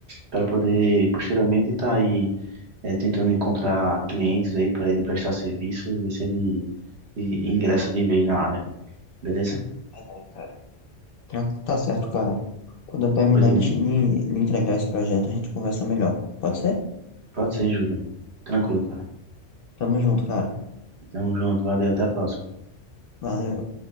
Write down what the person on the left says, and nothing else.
Ai, cara. Tá, tá certo, cara. Quando eu terminar
de, de de entregar esse projeto, a gente conversa melhor. Pode ser?
Tamo junto, cara.
Valeu.